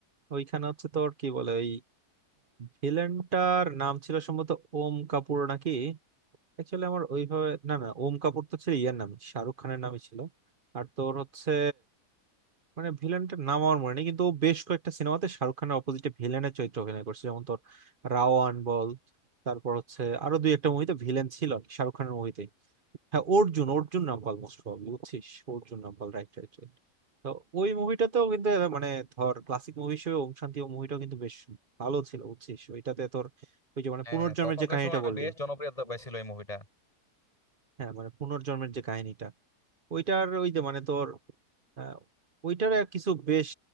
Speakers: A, on the right; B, on the left.
A: ওইখানে হচ্ছে তোর কি বলে ওই ভিলেনটার নাম ছিল সম্ভবত ওম কাপুর নাকি অ্যাকচুয়ালি আমার ওইভাবে না না ওম কাপুর তো ছিল ইয়ার নামই শাহরুখ খানের নামই ছিল আর তোর হচ্ছে মানে ভিলেনটার নাম আমার মনে নেই কিন্তু ও বেশ কয়েকটা সিনেমাতে শাহরুখ খানের অপোজিটে ভিলেনের চরিত্র অভিনয় করছে যেমন তোর রাওয়ান বল তারপর হচ্ছে আরো দুই একটা মুভিতে ভিলেন ছিল আর কি, শাহরুখ খানের মুভিতে হ্যাঁ অর্জুন অর্জুন রামপাল মোস্ট প্রবাবলি বুঝছিস Arjun Rampal right right right তো ওই মুভিটাতেও কিন্তু এরা মানে ধর ক্লাসিক মুভি হিসেবে ওম শান্তি ও মুভিটাও কিন্তু বেশ ভালো ছিল বুঝছিস ওইটাতে তোর ওই যে মানে
B: হ্যাঁ,
A: পুনর্জন্মের
B: তখনকার
A: যে কাহিনীটা
B: সময়
A: বললি
B: বেশ জনপ্রিয়তা পেয়েছিল এই মুভিটা
A: হ্যাঁ মানে পুনর্জন্মের যে কাহিনীটা ওইটার ওই যে মানে তোর আহ, ওইটার আর কিছু বেশ